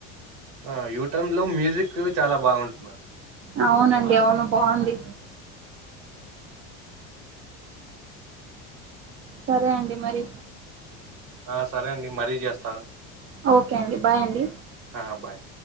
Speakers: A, on the right; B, on the right.
A: ఆ యూటర్న్ లో మ్యూజిక్ చాలా బాగుంటుంది
B: అవునండి అవును బాగుంది సరే అండి మరి
A: ఆ సరే అండి మరీ చేస్తాను
B: ఓకే అండి బాయ్ అండి
A: హా బాయ్